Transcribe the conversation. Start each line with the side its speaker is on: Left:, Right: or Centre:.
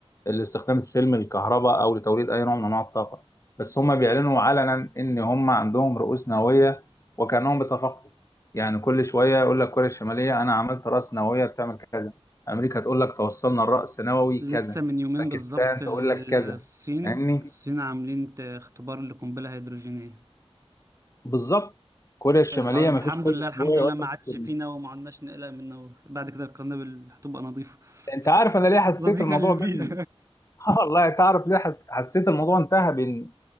Left: الاستخدام السلمي للكهرباء او لتوليد اي نوع من انواع الطاقه بس هم بيعلنوا علنا ان هم عندهم رؤوس نوويه وكانهم بيتفاقموا يعني كل شويه يقول لك كوريا الشماليه انا عملت راس نوويه بتعمل كذا امريكا تقول لك توصلنا الراس نووي
Right: لسه
Left: كذا
Right: من يومين
Left: باكستان
Right: بالظبط ال-
Left: تقول لك كذا
Right: الصين
Left: فاهمني
Right: الصين عاملين ت- اختبار لقنبلة هيدروجينية
Left: بالظبط كوريا الشماليه
Right: الحوار
Left: ما
Right: الحمد
Left: فيش كل
Right: لله الحمد
Left: اسبوع يقول
Right: لله ما
Left: لك
Right: عادش فينا
Left: إن-
Right: وما عدناش نقلق منه بعد كده القنابل هتبقى نظيفة
Left: انت
Right: <laughs>
Left: عارف انا ليه حسيت
Right: صديقة
Left: الموضوع
Right: للبيئة
Left: بين <laughs> آه والله تعرف ليه حس... حسيت الموضوع انتهى بين